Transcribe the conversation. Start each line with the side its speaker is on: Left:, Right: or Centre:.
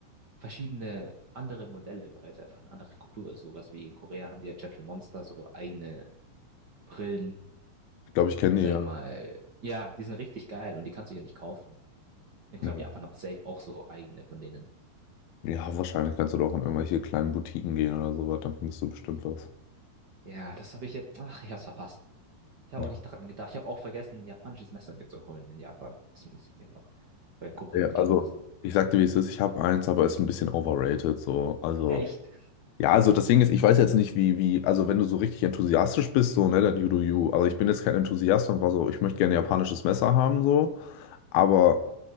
Right: verschiedene andere Modelle, weil es einfach eine andere Kultur ist. Sowas wie in Korea haben die ja Gentle Monster, so eigene Brillen,
Left: Ich glaube, ich kenne
Right: sag
Left: die ja.
Right: ich mal. Ja, die sind richtig geil und die kannst du ja nicht kaufen. Ich
Left: Ja.
Right: glaube, Japan hat safe auch so eigene von denen.
Left: Ja, wahrscheinlich kannst du doch in irgendwelche kleinen Boutiquen gehen oder sowas, dann findest du bestimmt was.
Right: Ja, das habe ich jetzt. Ach, ich hab's verpasst. Ich habe
Left: Ja,
Right: auch nicht dran gedacht. Ich habe auch vergessen, ein japanisches Messer mir zu holen in Japan. Das muss ich mir noch bei einem Kumpel
Left: Ja,
Right: mitgeben
Left: also,
Right: lassen.
Left: ich sag dir, wie es ist, ich habe eins, aber es ist ein bisschen overrated, so. Also,
Right: Echt?
Left: ja, also das Ding ist, ich weiß jetzt nicht, wie, wie, also wenn du so richtig enthusiastisch bist, so, ne, dann you do you. Also ich bin jetzt kein Enthusiast und war so, ich möchte gerne japanisches Messer haben, so, aber.